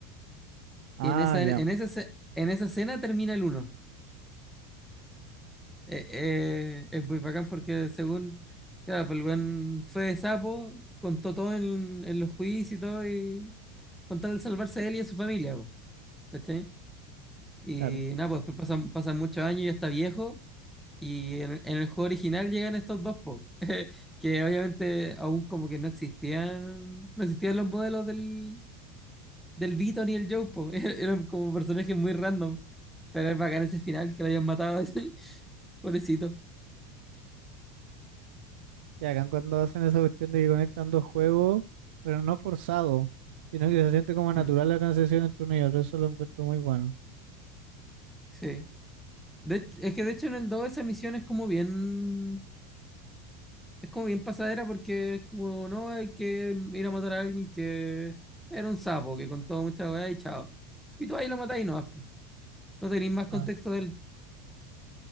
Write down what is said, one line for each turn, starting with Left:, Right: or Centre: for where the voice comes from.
Right: Ah,
Centre: En esa,
Right: ya,
Centre: en esa, ce- en esa escena termina el uno. eh, eh, es muy bacán porque según, claro, pues el weón fue de sapo, contó todo en, en los juicios y todo, y con tal de salvarse a él y a su familia, po, ¿cachai? Y
Right: claro.
Centre: nada, pues después pasan, pasan muchos años, y ya está viejo, y en, en el juego original llegan estos dos, po, <laughs> que obviamente aún como que no existían, no existían los modelos del, del Vito ni el Joe, po, <laughs> eran como personajes muy random, pero es bacán ese final que lo hayan matado, <laughs> así, pobrecito.
Right: Ya acá cuando hacen esa cuestión de que conectan dos juegos, pero no forzado, sino que se siente como natural
Centre: Mm,
Right: la transición entre uno y otro, eso lo encuentro muy bueno.
Centre: sí. De hech- es que de hecho en el 2 esa misión es como bien, es como bien pasadera porque es como, no, hay que ir a matar a alguien que era un sapo, que contó mucha weá y chao. Y tú ahí lo matás y no vas, po. No tenéis más contexto
Right: Ah,
Centre: de él.